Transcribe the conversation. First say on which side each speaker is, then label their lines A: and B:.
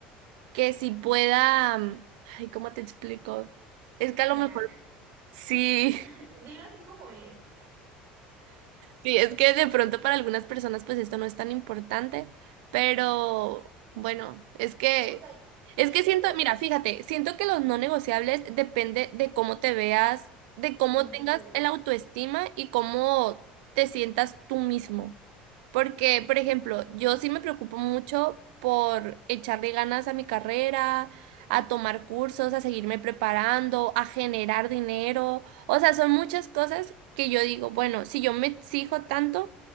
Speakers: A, on the right; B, on the right.
A: que sí pueda, mm, ay, ¿cómo te explico? Es que a
B: general.
A: lo mejor sí.
B: <laughs> Dilo así como es,
A: Sí, es que de pronto para algunas personas pues esto no es tan importante, pero bueno, es que
B: o sea,
A: es
B: que
A: que
B: sí
A: siento,
B: te,
A: mira, fíjate, siento que los no negociables depende de cómo te veas, de cómo
B: en un
A: tengas
B: futuro,
A: el autoestima y cómo te sientas tú mismo. Porque, por ejemplo, yo sí me preocupo mucho por echarle ganas a mi carrera, a tomar cursos, a seguirme preparando, a generar dinero. O sea, son muchas cosas que yo digo, bueno, si yo me exijo tanto,